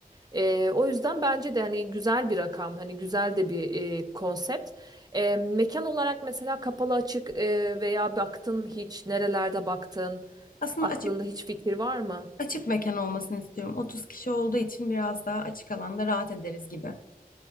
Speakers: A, on the right; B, on the left.
A: E, o yüzden bence de hani güzel bir rakam hani güzel de bir e, konsept. E, mekan olarak mesela kapalı açık e, veya baktın mı hiç nerelerde baktın
B: Aslında
A: aklında
B: açık
A: hiç fikir var mı?
B: Açık mekan olmasını istiyorum. 30 kişi olduğu için biraz daha açık alanda rahat ederiz gibi.